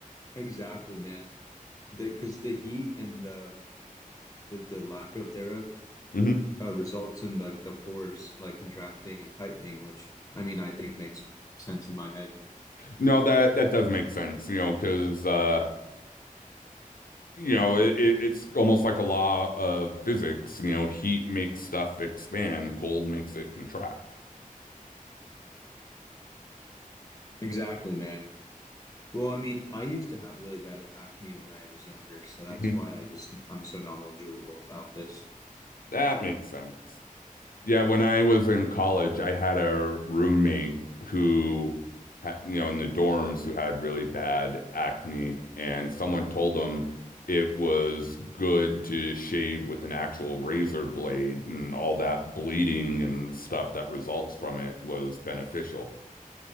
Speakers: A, on the left; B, on the left.
A: Exactly, man. Because the, heat and the the, the lack of thereof
B: Mhm.
A: uh, results in like the pores like contracting and tightening, which I mean I think makes sense in my head.
B: No, that that does make sense, you know, because uh, you know, it, it, it's almost like a law of physics, you know, heat makes stuff expand, cold makes it contract.
A: Exactly, man. Well, I mean, I used to have really bad acne when I was younger, so that's
B: Mhm.
A: why I just I'm so knowledgeable about this.
B: That makes sense. Yeah, when I was in college, I had a roommate who, ha- you know, in the dorms who had really bad acne, and someone told him it was good to shave with an actual razor blade, and all that bleeding and stuff that results from it was beneficial.